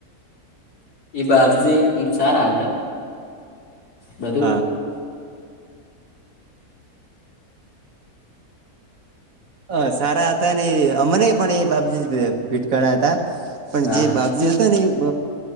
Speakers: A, on the left (about 85°); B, on the right (about 65°).
A: એ બાપ જે સારા હતા બધું
B: હા અ સારા હતા ને અમને પણ એ બાબજીત ફીટકણા હતા. પણ
A: હા
B: જે બાપ જે હતા ને એ.